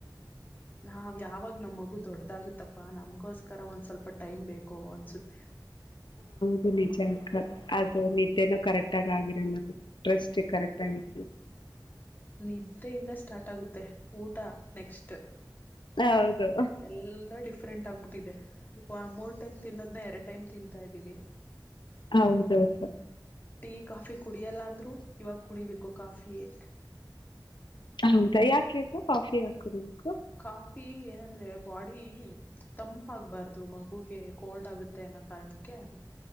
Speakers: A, on the left (about 25°); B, on the left (about 85°).
A: ನಾವ್ ಯಾವಾಗ ನಮ್ ಮಗು ದೊಡ್ಡದಾಗುತ್ತಪ್ಪಾ ನಮಗೋಸ್ಕರ ಒಂದ್ ಸ್ವಲ್ಪ ಟೈಮ್ ಬೇಕು ಅನ್ಸುತ್ತೆ
B: ದು ನಿಜ ಅಕ್ಕ ಅದು ನಿದ್ದೆನೂ ಕರೆಕ್ಟ್ ಆ ಆಗಿರ ಮ್ ಡ್ರೆಸ್
A: ಹ್ಮ್
B: ಕರೆಕ್ ಆಗಿರ
A: ನಿದ್ದೆಯಿಂದ ಸ್ಟಾರ್ಟ್ ಆಗುತ್ತೆ ಊಟ ನೆಕ್ಸ್ಟ್
B: ಹೌದು
A: ಎಲ್ಲ ಡಿಫ್ರೆಂಟ್ ಆಗ್ಬ ದೆ ಮೂರ್ ಟೈಮ್ ತಿನ್ನೋದ್ನ ಎರಡು ಟೈಮ್ ತಿಂತಾ ಇದ್ದೀವಿ
B: ಹೌದೌದು
A: ಟೀ ಕಾಫಿ ಕುಡಿಯಲ್ಲ ಅಂದ್ರು ಇವಾಗ ಕುಡಿಬೇಕು ಕಾಫಿಯೇ
B: ಹೌದಾ ಯಾಕು ಕಾಫಿ ಹಾಕಡಬೇಕು
A: ಕಾಫಿ ಏನಂದ್ರೆ ಬಾಡಿ ತಂಪ್ ಆಗ್ಬಾರ್ದು ಮಗುಗೆ ಕೋಲ್ಡ್ ಆಗುತ್ತೆ ಕಾರಣ ಕ